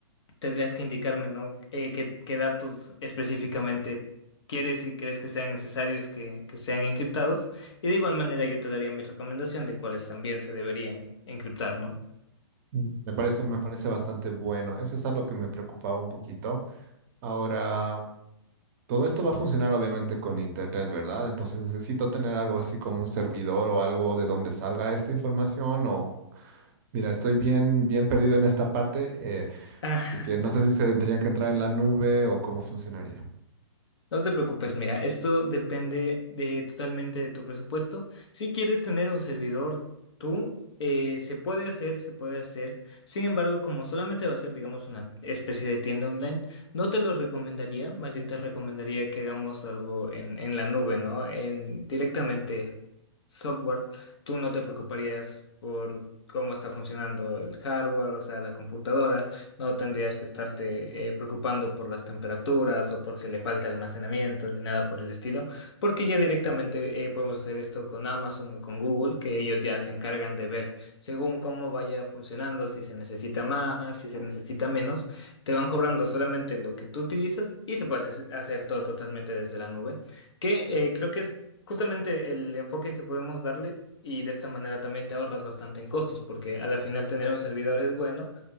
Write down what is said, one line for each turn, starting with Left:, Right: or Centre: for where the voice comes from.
Left: tendrías que indicarme, ¿no? Eh, qué, qué datos específicamente quieres y crees que sean necesarios que, que sean encriptados. Y de igual manera yo te daría mi recomendación de cuáles también se deberían encriptar, ¿no?
Right: Mm. Me parece, me parece bastante bueno. Eso es algo que me preocupaba un poquito. Ahora, todo esto va a funcionar obviamente con internet, ¿verdad? Entonces necesito tener algo así como un servidor o algo de donde salga esta información o mira, estoy bien, bien perdido en esta parte, eh,
Left: <laughs>
Right: así que no sé si se tendría que entrar en la nube o cómo funcionaría.
Left: No te preocupes, mira, esto depende de, totalmente de tu presupuesto. Si quieres tener un servidor tú, eh, se puede hacer, se puede hacer. Sin embargo, como solamente va a ser, digamos, una especie de tienda online, no te lo recomendaría. Más bien te recomendaría que hagamos algo en, en la nube, ¿no? En directamente software. Tú no te preocuparías por cómo está funcionando el hardware, o sea, la computadora. No tendrías que estarte eh, preocupando por las temperaturas o porque le falta almacenamiento ni nada por el estilo, porque ya directamente eh, podemos hacer esto con Amazon o con Google, que ellos ya se encargan de ver según cómo vaya funcionando, si se necesita más, si se necesita menos, te van cobrando solamente lo que tú utilizas y se puede hacer hacer todo totalmente desde la nube, que eh, creo que es justamente el enfoque que podemos darle. Y de esta manera también te ahorras bastante en costos, porque a la final tener un servidor es bueno,